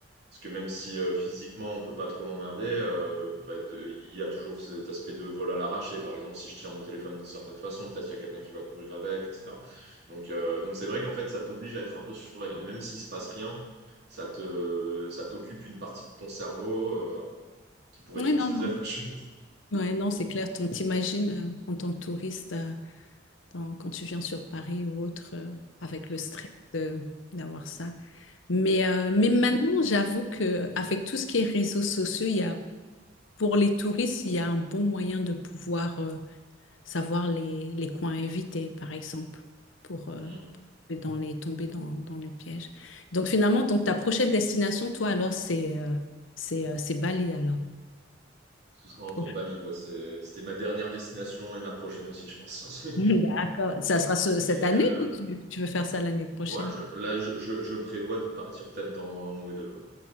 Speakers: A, on the right; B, on the left.
A: parce que même si euh, physiquement on peut pas trop m'emmerder, euh, bah, de- il y a toujours cet aspect de vol à l'arraché. Par exemple, si je tiens mon téléphone d'une certaine façon, peut-être qu'il y a quelqu'un qui va courir avec, etc. Donc, euh, donc c'est vrai qu'en fait, ça t'oblige à être un peu sur la garde. Et Même s'il se passe rien, ça te, ça t'occupe une partie de ton cerveau euh, qui pourrait
B: Oui,
A: être utilisée
B: non, non.
A: à autre chose.
B: Ouais, non, c'est clair. On t'imagine euh, en tant que touriste, euh, dans- quand tu viens sur Paris ou autre, euh, avec
A: Mm.
B: le stress de- d'avoir ça. Mais, euh,
A: Mm.
B: mais maintenant, j'avoue que avec tout ce qui est réseaux sociaux, il y a Pour les touristes, il y a un bon moyen de pouvoir euh, savoir les, les coins à éviter, par exemple, pour euh,
A: Mm.
B: tomber dans les, tomber dans, dans le piège. Donc finalement, donc ta prochaine destination, toi, alors, c'est euh, c'est euh, c'est Bali, alors.
A: Ce sera encore
B: Proche.
A: Bali, ouais. C'est- C'était ma dernière destination et ma prochaine aussi, je pense.
B: <laughs>
A: <laughs>
B: D'accord. Ça sera ce- cette
A: Mais
B: année
A: euh,
B: ou tu, tu veux faire ça l'année prochaine?
A: ouais, je- là, je, je, je prévois de partir peut-être dans un mois ou deux. ouais.